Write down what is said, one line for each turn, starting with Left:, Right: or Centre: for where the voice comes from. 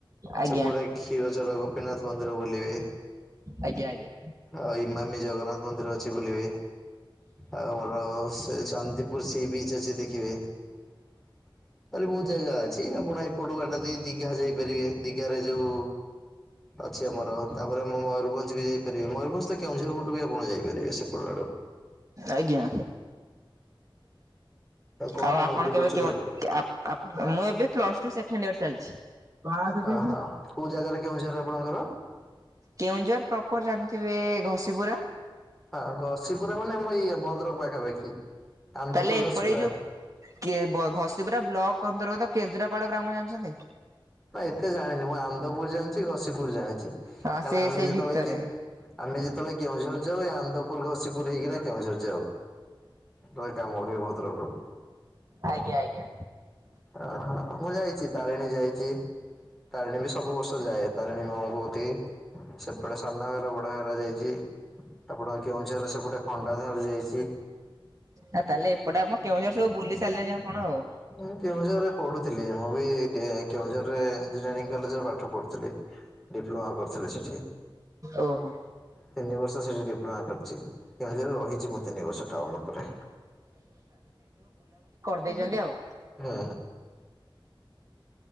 Right: ଆଜ୍ଞା।
Centre: ଗୋଟେ କ୍ଷୀରଚୋର ଗୋପୀନାଥ ମନ୍ଦିର ବୁଲିବେ।
Right: ଆଜ୍ଞା ଆଜ୍ଞା।
Centre: ଆଉ ଇମାମି ଜଗନ୍ନାଥ୍ ମନ୍ଦିର ଅଛି ବୁଲିବେ। ଆର ଭଲ ସେ ଚାନ୍ଦିପୁର୍ ସି ବିଚ୍ ଅଛି ଦେ ଦଖିବେ ଆଉରେ ବୋହୁତ ଜାଗା ଅଛି ଆପଣ ଏପଟୁ ବାଟା ଦେଇ ଦିଘା ଯାଇପାରିବେ। ଦିଘାରେ ଯୋଉ ଅଛି ଆମର, ତାପରେ ମୁଁ ମୟୂରଭଞ୍ଜ୍ ବି ଯାଇ ପାରିବେ ମୟରଞଜ ତ କେଁଝରପଟୁକୁ ଆପଣ ଯାଇପାରିବେ ସେପଟଆଡୁ।
Right: ଆଜ୍ଞା
Centre: କଣ
Right: ଆଉ
Centre: ପଢାପଢି
Right: ଆପଣ କେବେ
Centre: କରୁଛନ୍ତି?
Right: କେଉଁ କନ୍ୟା ଆ ମୁଁ ଏବେ ପ୍ଲସ୍ ଟୁ ସେଖେଣ୍ଡ୍ ଇୟର୍ ଚାଲି ବାଦ୍
Centre: ହଁ
Right: ବି
Centre: ହଁ କୋଉ ଜାଗାରେ କେଉଁଝର ଆପଣଙ୍କର?
Right: କେଉଁଝର୍ ପ୍ରପର୍ ଜାଣିଥିବେ ଘଷିପୁରା?
Centre: ହଁ, ଘଶିପୁରରେ ମାନେ ଆମ ଏଇ ଭଦ୍ରକ୍ ପାଖାପାଖି। ଆନ୍ଦପୁର
Right: ତାହେଲେ ଏପରି
Centre: ଘସିପୁରା
Right: ଏଇ ଯୋଉ କେ ଘସିିପୁରା ବ୍ଲକ୍ ଅନ୍ତର୍ଗତ କେସ୍ଦୁରାପାଳ ଗ୍ରାମ ଜାଣିଛନ୍ତି?
Centre: ନା ଏତେ ଜାଣିନିମୁଁ ଆନ୍ଦପୁର୍ ଜାଣିଚି ଘସିିପୁର୍ ଜାଣିଚି
Right: ହଁ
Centre: କାଇନା
Right: ସେ
Centre: ନା ଆମେ
Right: ସେ
Centre: ଯେତେବେଳେ
Right: ଭିତରେ
Centre: କିଏ ଆମେ ଯେତେବେଳେ କେଉଁଝର ଯାଉ ଏଇ ଆନନ୍ଦପୁର୍, ଘସିପୁର୍ ହେଇକିନା କେଉଁଝର ଯାଉ। ପ୍ରାୟ କାମ ବି ଭଦ୍ରକ
Right: ଆଜ୍ଞା ଆଜ୍ଞା।
Centre: ଅହୋ ମୁଁ ଯାଇଚି ତାରିଣୀ ଯାଇଚି। ତାରିଣୀ ବି ସବୁ ବର୍ଷ ଯାଏ ତାରିଣୀ ମାଆଙ୍କୁ ତେ, ସେପଟେ ସାନଘାଗରା, ବଡ଼ଘାଗରା ଯାଇଚି। ଆପଣଙ୍କ କେଉଁଝରେ ସେପଟେ ଖଣ୍ଡାଧାର ଯାଇଚି।
Right: ଆଉ ତାହେଲେ ଏପଟେ ଆମ କେଉଁଝର ସବୁ ବୁଲି ସାରିଲେଣି ଆପଣ ଆଉ।
Centre: ମୁଁ କେଉଁଝରରେ ପଢୁଥିଲି। ମୁଁ ବି କେଉଁଝରରେ ଇଞ୍ଜିନିୟରିଂ କଲେଜରେ ପାଠ ପଢୁଥିଲି। ଡିପ୍ଲମା କରୁଥିଲେ ସେଠି,
Right: ଓହୋ
Centre: ତିନିଭବର୍ଷ ସେଠି ଡିପ୍ଲୋମା କରି ଛି କେଉଁଝରରେ ରହିଛି ମୁଁ ତିନିବର୍ଷ ଟାଉନ୍ ଉପରେ।
Right: ଦେଇଚନ୍ତି ଆଉ।
Centre: ହୁଁ।